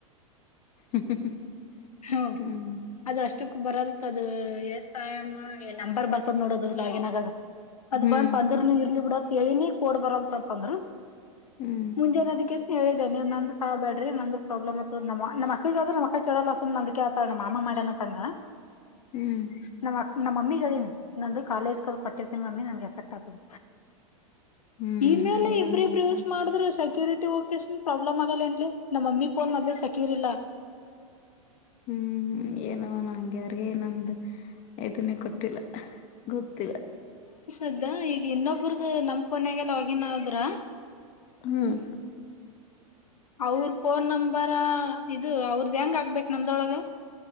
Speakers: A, on the left; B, on the left.
A: <inaudible>
B: ಹ್ಮ
A: ಹ್ಮ್
B: ಅದಷ್ಟೇ ಕ್ಕ ಬರಲ್ತ್ ಅದು ಎಸ್ ಸಾಯಮ್ಮ ನಂಬರ್ ಬರ್ತದ ನೋಡದು ಲಾಗಿನ್ ಆಗ ಅದ
A: ಹ್ಮ್
B: ಬಂದತ್ ಅಂದ್ರನು ಇರ್ಲಿ ಬಿಡತ್ ತಿಳಿನಿ ಕ ಕೊಡ್ ಬರಂತತ್ಂದ್ರ
A: ಹ್ಮ್
B: ಮುಂಜಾನದಕ್ಕೆ ಹೇಳಿದೆ ನೀವು ನಂದು ಕ ಬ್ಯಾಡ್ರ ನಂದುಗ್ ಪ್ರಾಬ್ಲಮ್ ಅದ ನಮ್ಮ ನಮ್ಮ ಅಕ್ಕಗ ಆದ್ರ ನಮ್ಮ ಕೇಳಲ್ಲ ಸುಮ್ ನಂದಕೆ ಆಳ್ತಾಣ್ಣ ಮಾಮ ಮಾಡ್ಯನ ತಂಗ
A: ಹ್ಮ್
B: ನಮ್ಮ್ ಅ ನಮ್ಮ ಮಮ್ಮಿಗಳೇನು ನಂದು ಕಾಲೇಜ್ ಕದ ಕೊಟ್ಟಿರ್ತೀನಿ ಮಮ್ಮಿ ನನ್ಗೆ ಎಫೆಕ್ಟ್ ಆಗ್ತದ
A: ಹ್ಮ್
B: ಇಮೇಲೆ
A: ಅಂದ್ರೆ
B: ಇಬ್ರ ಇಬ್ರು
A: ಅಂತ
B: ಯೂಸ್ ಮಾಡಿದ್ರೆ ಸಾಕ್ತಿ ಸಕ್ಯೂರಿಟಿ ಓಕನ್ ಪ್ರಾಬ್ಲಮ್ ಆಗಲ್ಲ ಎನ್ಲಿ ನಮ್ಮ ಮಮ್ಮಿ ಫೋನ್ ಮೊದ್ಲಿ ಸೆಕ್ಯೂರ್ ಇಲ್ಲ
A: ಹ್ಮ್ ಏನ ನಂಗೆ ಯ್ರಿಗೆ ನಂದ್ದ ಈದನ್ನೇ ಕೊಟ್ಟಿಲ್ಲ... ಗೋತ್ತಿಲ್ಲ?
B: ಅದಾ ಈಗ ಇನ್ನೊಬ್ರದು ನಮ್ ಫೋನ್ ನಗೆ ಲಾಗಿನ್ ಅದ್ರ.
A: ಹ್ಮ್
B: ಅವ್ರ ಫೋನ್ ನಂಬರ ಇದು ಅವ್ರದ ಹೆಂಗ್ ಆಗ್ಬೇಕ ನಮ್ದೊಳಗ